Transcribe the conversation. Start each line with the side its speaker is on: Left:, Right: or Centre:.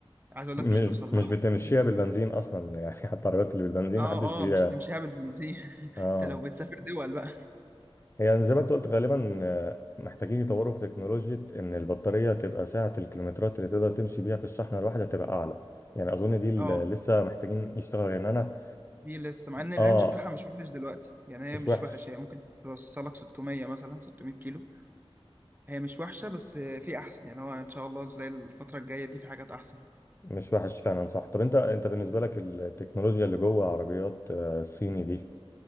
Right: عايز أقولك
Left: مش
Right: مش هتوصل لها
Left: مش بتمشيها
Right: <laughs>
Left: بالبنزين اصلا يعني <laughs> حتى العربيات اللي بالبنزين
Right: اه
Left: ما حدش بي
Right: اه مش هتمشيها بالبنزين <laughs>
Left: اه
Right: انت لو بتسافر دول بقى
Left: هي زي ما انت قلت غالبا آه، محتاجين يطوروا في تكنولوجيا ان البطاريه تبقى سعه الكيلومترات اللي تقدر تمشي بيها في الشحنه الواحده تبقى اعلى يعني اظن دي اللي
Right: اه
Left: لسه محتاجين يشتغلوا يعني انا
Right: دي لسه مع ان الرينج
Left: اه
Right: بتاعها مش وحش دلوقتي يعني هي
Left: مش
Right: مش
Left: وحش
Right: وحش هي ممكن توصلك 600 مثلا 600 كيلو هي مش وحشة بس في أحسن يعني هو إن شاء الله تلاقي الفترة الجاية دي في حاجات أحسن
Left: مش وحش فعلا صح طب انت انت بالنسبه لك التكنولوجيا اللي جوه عربيات آه، الصيني دي